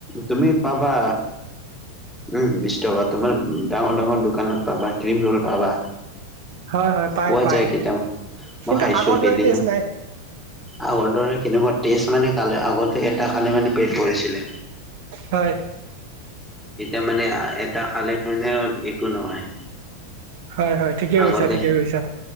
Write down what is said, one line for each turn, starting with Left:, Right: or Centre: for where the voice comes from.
Centre: তুমি পাবা উম, বিশ টকা তোমাৰ ডাঙৰ ডাঙৰ দোকানত পাবা ক্ৰীম ৰোল পাবা।
Right: হয় হয় পাই
Centre: পোৱা
Right: পাই
Centre: যায় কেইটাম মই
Right: কিন্তু
Centre: খাইছো
Right: আগৰ দৰে
Centre: কেইদিন।
Right: টেষ্ট নাই
Centre: আগৰ দৰে কেনেুৱ তেছ মানে কাল আগতে এটা খালি মানে পেট ভৰিছিলে।
Right: হয়
Centre: এতিয়া মানে আ, এটা খালে মানে একো নহয়।
Right: হয় হয় ঠিকে
Centre: আগতে
Right: কৈছা ঠিকে কৈছা